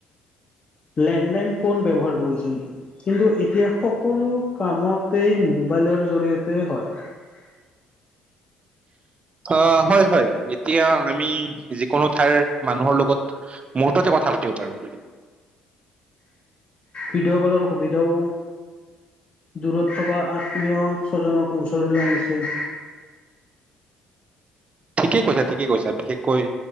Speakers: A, on the left (about 35°); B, on the right (about 35°).
A: লেণ্ডলাইন ফোন ব্যৱহাৰ কৰিছিল। কিন্তু এতিয়া সকলো কামতেই মোবাইলৰ জৰিয়তে হয়।
B: অ', হয়, হয় ', এতিয়া আমি, কোনো ঠাইৰ মানুহৰ লগত মুহুৰ্ততে কথা পাতিব পাৰো।
A: ভিডিঅ' কলৰ সুবিধাও, দূৰত থকা আত্মীয় স্বজনকো ওচৰলৈ আনিছে।
B: ঠিকেই কৈছা, ঠিকেই কৈছা বিশেষকৈ